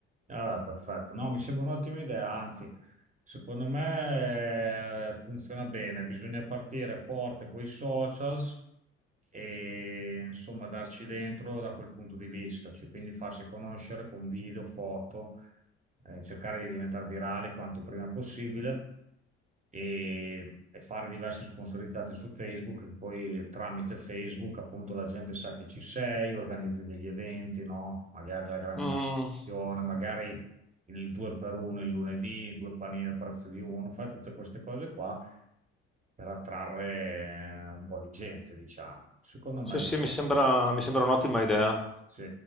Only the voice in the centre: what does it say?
Mm,
sì,
sì,
mi sembra,
mi sembra un'ottima idea.